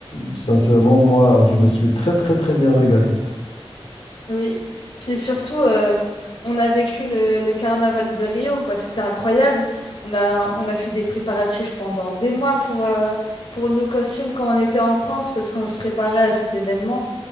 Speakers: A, on the left; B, on the left.
A: sincèrement, moi, je me suis très, très, très bien régalé.
B: Oui. Puis surtout, euh, on a vécu le, le carnaval de Rio, quoi. C'était incroyable. On a, on a fait des préparatifs pendant des mois pour, euh, pour nos costumes quand on était en France, parce qu'on se préparait à cet événement.